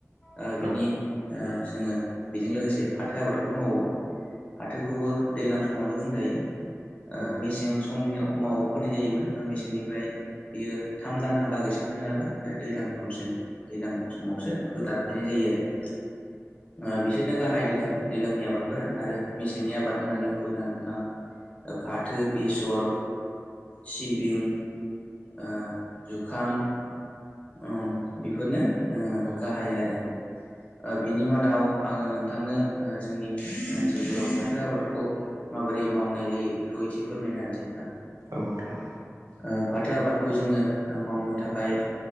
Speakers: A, on the left (about 25°); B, on the right (about 85°).
A: ओ बिनि
B: औ
A: ओ जोङो बेजों लोगोसे फाथो आबादखौ मावो। फाथोखौबो दैज्लां समावनो बुंजायो। ओ
B: औ
A: मेसें समनियाव फोनाय जायोमोन मेसेंनिफ्राय बियो थाम दानहालागैसो मोनो नालाय दैज्लां समसिम दैज्लां समावसो बेखौ दानफैनाय जायो आरो ओ बिसोरनो गाहाय दैलां दैलांनि आबादफोरा आरो मेसेंनि आबाद होननानै बुङोब्ला नोंथां ओ फाथो बेसर सिबिं ओ जुखाम। ओम बेफोरनो ओ
B: औ
A: गाहाय आरो ओ बिनि मादाव आङो नोंथांनो ओ जोंनि ओनसोलफोराव फाथो आबादखौ माबोरै मावनाय जायो बेखौ एसे फोरमायना होनिसै नोंथां।
B: औ नोंथां
A: ओ फाथो आबादखौ जोङो मावनो थाखाय